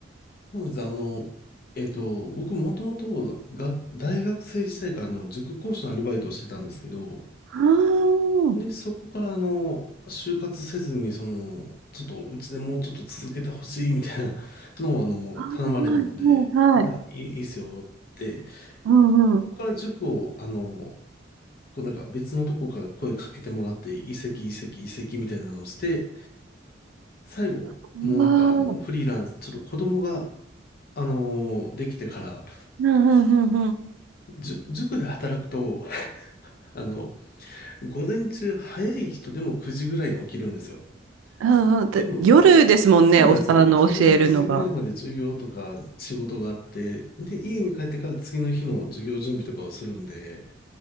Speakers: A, on the left; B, on the right.
A: そうなんです。あの、えっと、僕もともとが大学生時代からあの塾講師のアルバイトをしてたんですけど、
B: あー
A: で、そこからあの、就活せずに、その、ちょっとうちでもうちょっと続けてほしいみたいな <laughs> のをあの、
B: ああ、
A: 頼まれたので、
B: はい、はい、
A: じゃあいい、
B: はい。
A: いいっすよって、
B: うんうん。
A: ここから塾をあの、こうなんか別のとこから声かけてもらって、移籍、移籍、移籍みたいなのをして、最後、
B: ああう
A: もうなんかあの、
B: わー
A: フリーランス、ちょっと子供が、あのーできてから、
B: うんうん
A: じゅ塾で働くと、<laughs> あの、午前中早い人でも9時ぐらいに起きるんですよ。
B: ああで夜ですもんねおあの教えるのが
A: っていうのも、そうなんですよ。11時ぐらいまで授業とか仕事があって、で、家に帰ってから次の日の授業準備とかをするんで、